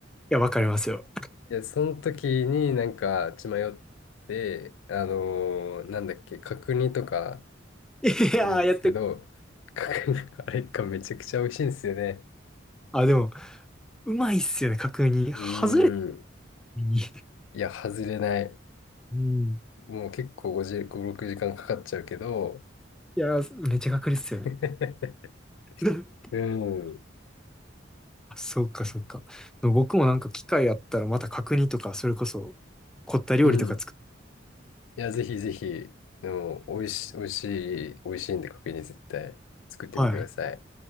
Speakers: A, in the centre; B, on the left.
A: や、わかりますよ。
B: いや、その時になんか血迷って、あのーなんだっけ、角煮とか
A: <laughs> いやー、
B: 作るんですけど、
A: やって
B: <laughs> 角煮、<laughs> あれがめちゃくちゃ美味しいんですよね。
A: あ、でも、うまいっすよね、確認。外れた
B: うーん。
A: 時に。
B: いや、外れない。
A: うん
B: もう結構5、5、6時間かんかかっちゃうけど、
A: いやー、めっちゃ確率っすよね。
B: <laughs>
A: <laughs>
B: うん。
A: あ、そうか、そうか。僕もなんか機会あったらまた角煮とか、それこそ凝った料理とか作っ
B: うん。いや、ぜひぜひ、でも、美味し、美味しい、美味しいんで、角煮絶対作ってみてください。
A: はい。